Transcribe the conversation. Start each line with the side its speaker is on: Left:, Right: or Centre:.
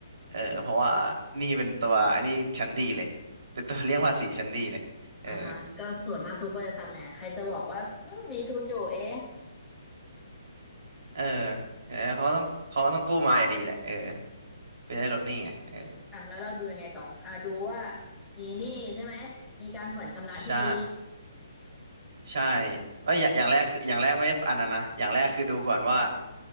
Right: เออเพราะว่าหนี้เป็นตัวอันนี้ชั้นดีเลยเป็นตัวเลี่ยงภาษีชั้นดีเลยเออ
Centre: อ่าฮะก็ส่วนมากทุกบริษัทแหละใครจะบอกว่าเอ้อมีทุนอยู่เอง
Right: เออเออเขาก็ต้องเขาก็ต้องกู้มาอยู่ดีแหละเออเพื่อได้ลดหนี้ไงเออ
Centre: อ่ะแล้วเราดูยังไงต่ออ่ะดูว่ามีหนี้ใช่ไหมมีการผ่อนชำระที่ดี
Right: ใช่ใช่เอ้ยอย่างอย่างแรกคืออย่างแรกไม่ได้อันนั้นนะอย่างแรกคือดูก่อนว่า